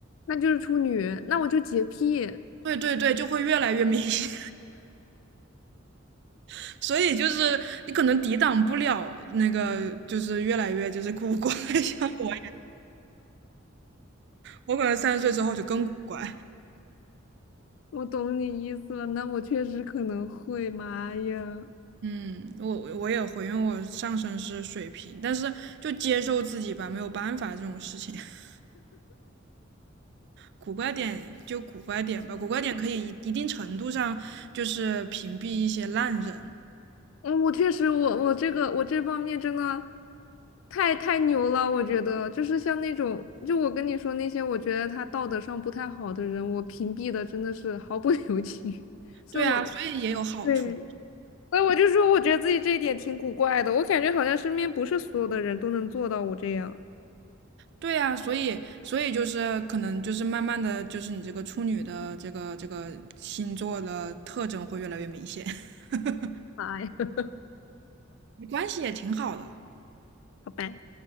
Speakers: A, on the left; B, on the right.
A: 那就是处女，那我就洁癖。
B: 对对对，就会越来越明显。<laughs> 所以就是你可能抵挡不了那个，就是越来越就是古怪。<laughs> 像我，我可能三十岁之后就更古怪。
A: 我懂你意思了，那我确实可能会，妈呀！
B: 嗯，我我也会，因为我上身是水瓶，但是就接受自己吧，没有办法这种事情。<laughs> 古怪点就古怪点吧，古怪点可以一一定程度上就是屏蔽一些烂人，
A: 嗯，我确实，我我这个我这方面真的太太牛了，我觉得就是像那种，就我跟你说那些，我觉得他道德上不太好的人，我屏蔽的真的是毫不 <laughs> 留情，<laughs> 所以我
B: 对啊，所以也有好处。
A: 对，所以我就说，我觉得自己这一点挺古怪的，我感觉好像身边不是所有的人都能做到我这样。
B: 对啊，所以所以就是可能就是慢慢的就是你这个处女的这个这个星座的特征会越来越明显，<laughs>
A: 哎，<laughs>
B: 没关系也挺好的。
A: 好吧，